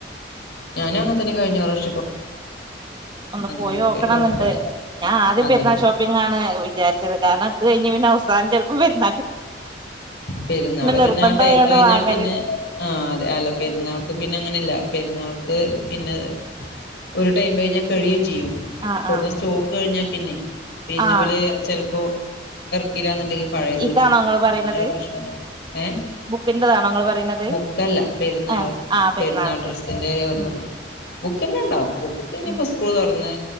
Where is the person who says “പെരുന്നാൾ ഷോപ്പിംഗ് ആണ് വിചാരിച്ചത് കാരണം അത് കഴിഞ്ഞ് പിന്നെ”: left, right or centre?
Right